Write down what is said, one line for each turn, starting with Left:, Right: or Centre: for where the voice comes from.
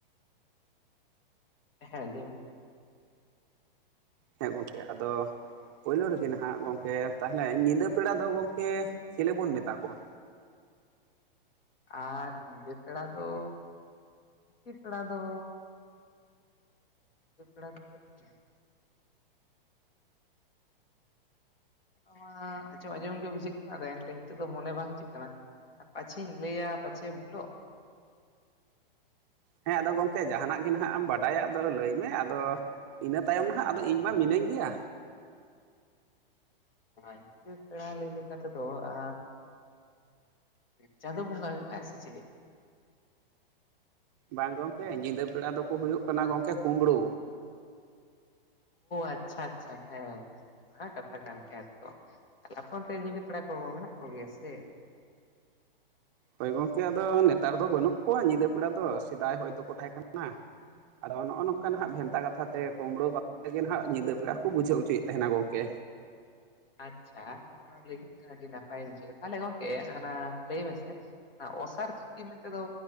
Left: ᱦᱮ ᱞᱟᱹᱭ ᱢᱮ
Right: ᱦᱮᱸ ᱜᱚᱝᱠᱮ ᱟᱫᱚ ᱯᱳᱭᱞᱳ ᱨᱮᱜᱮ ᱱᱟᱦᱟᱜ ᱜᱚᱝᱠᱮ ᱛᱟᱦᱚᱞᱮ ᱧᱤᱫᱟᱹ ᱯᱮᱲᱟ ᱫᱚ ᱜᱚᱝᱠᱮ ᱪᱞᱮ ᱵᱚᱱ ᱢᱮᱛᱟ ᱠᱚᱣᱟ?
Left: ᱟᱨ ᱧᱤᱫᱟᱹ ᱯᱮᱲᱟ ᱫᱚ ᱫᱤ ᱯᱮᱲᱟ ᱫᱚ ᱧᱤᱫᱟᱹ ᱯᱮᱲᱟ ᱫᱚ ᱦᱩᱭᱩᱜ ᱠᱟᱱᱟ ᱚᱱᱟ ᱢᱟ ᱟᱸᱡᱚᱢ ᱟᱸᱡᱚᱢ ᱜᱮ ᱵᱩᱡᱷᱟᱹᱜ ᱠᱟᱱᱟ ᱮᱱᱛᱮ ᱱᱤᱛᱚᱜ ᱫᱚ ᱢᱚᱱᱮ ᱵᱟᱝ ᱦᱤᱡᱩᱜ ᱠᱟᱱᱟ ᱟᱨ ᱯᱟᱪᱷᱤᱮᱧ ᱞᱟᱹᱭᱟ ᱯᱟᱪᱮ ᱵᱷᱩᱞᱚᱜ
Right: ᱦᱮᱸ ᱟᱫᱚ ᱜᱚᱝᱠᱮ ᱡᱟᱦᱟᱱᱟᱜ ᱜᱮ ᱦᱱᱟᱜ ᱮᱢ ᱵᱟᱰᱟᱭᱟ ᱟᱫᱚ ᱞᱟᱹᱭ ᱢᱮ ᱟᱫᱚ ᱤᱱᱟᱹ ᱛᱟᱭᱚᱢ ᱱᱟᱦᱟᱜ ᱟᱫᱚ ᱤᱧ ᱢᱟ ᱢᱤᱱᱟᱹᱧ ᱜᱮᱭᱟ᱾
Left: ᱧᱤᱫᱟ ᱯᱮᱲᱟ ᱞᱟᱹ ᱞᱮᱠᱟᱛᱮᱫᱚ ᱮ ᱪᱟᱸᱫᱳ ᱵᱚᱸᱜᱟ ᱦᱩᱭᱩᱜᱼᱟᱭ ᱥᱤᱪᱤᱞᱤ?
Right: ᱵᱟᱝ ᱜᱚᱝᱠᱮ ᱧᱤᱫᱟᱹ ᱯᱮᱲᱟ ᱫᱚᱠᱚ ᱦᱩᱭᱩᱜ ᱠᱟᱱᱟ ᱜᱚᱝᱠᱮ ᱠᱩᱢᱵᱽᱲᱩ᱾
Left: ᱟᱪᱪᱷᱟ ᱟᱪᱪᱷᱟ ᱦᱮᱸ ᱟ ᱠᱟᱛᱷᱟ ᱠᱟᱱ ᱜᱮᱭᱟ ᱛᱚ ᱛᱟᱦᱟᱞᱮ ᱟᱯᱮ ᱚᱱᱛᱮ ᱧᱤᱫᱟᱹ ᱯᱮᱲᱟ ᱠᱚ ᱢᱮᱱᱟᱜ ᱠᱚ ᱜᱮᱭᱟ ᱥᱮᱪᱮᱜ?
Right: ᱦᱳᱭ ᱜᱚᱝᱠᱮ ᱟᱫᱚ ᱱᱮᱛᱟᱨ ᱫᱚ ᱵᱟᱹᱱᱩᱜ ᱠᱚᱣᱟ ᱧᱤᱫᱟᱹ ᱯᱮᱲᱟ ᱫᱚ ᱥᱮᱫᱟᱭ ᱦᱚᱭ ᱛᱳ ᱠᱚ ᱛᱟᱦᱮᱸ ᱠᱟᱱᱟ ᱟᱫᱚ ᱱᱚᱜᱚ ᱱᱚᱝᱠᱟ ᱱᱟᱜ ᱵᱷᱮᱱᱛᱟ ᱠᱟᱛᱷᱟ ᱛᱮ ᱠᱩᱢᱵᱽᱲᱩ ᱠᱟᱛᱷᱟ ᱜᱮ ᱦᱟᱸᱜ ᱧᱤᱫᱟᱹ ᱯᱮᱲᱟ ᱠᱚ ᱵᱩᱡᱷᱟᱹᱣ ᱦᱚᱪᱚᱭᱮᱫ ᱛᱟᱦᱮᱱᱟ ᱜᱚᱝᱠᱮ᱾
Left: ᱟᱪᱪᱷᱟ ᱱᱚᱜ ᱱᱟ ᱞᱟᱹᱭ ᱠᱮᱫ ᱠᱷᱟᱱ ᱟᱹᱰᱤ ᱱᱟᱯᱟᱭᱤᱧ ᱵᱩᱡᱷᱟᱹᱣᱟ ᱛᱟᱦᱚᱞᱮ ᱜᱚᱝᱠᱮ ᱚᱱᱟ ᱞᱟᱹᱭ ᱢᱮᱥᱮ? ᱚᱱᱟ ᱚᱥᱟᱨ ᱫᱷᱩᱠᱤ ᱢᱮᱱᱛᱮ ᱫᱚ